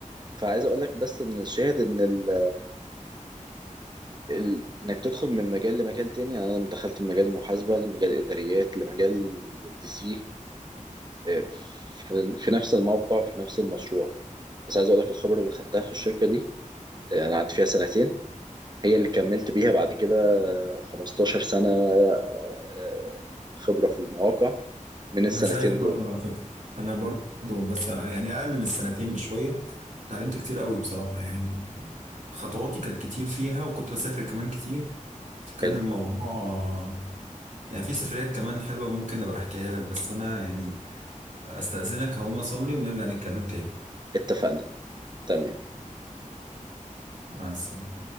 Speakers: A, on the right; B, on the right.
A: فعايز اقول لك بس ان الشاهد ان ال... ال... انك تدخل من مجال لمجال تاني يعني انا دخلت من مجال المحاسبه لمجال الاداريات لمجال الدي سي إيه، في في نفس الموقع في نفس المشروع بس عايز اقول لك الخبره اللي خدتها في الشركه دي إيه، انا قعدت فيها سنتين هي اللي كملت بيها بعد كده 15 سنه آه، خبره في المواقع من
B: أنا
A: السنتين
B: زيك برضه
A: دول
B: على فكرة انا برضه بس يعني اقل من السنتين بشوية اتعلمت كتير قوي بصراحة يعني خطواتي كانت كتير فيها وكنت بسافر كمان كتير فكان
A: حلو
B: الموضوع يعني في سفريات كمان حلوة ممكن ابقى احكيها لك بس انا يعني استأذنك هقوم اصلي ونرجع نتكلم تاني
A: اتفقنا تمام
B: مع السلامة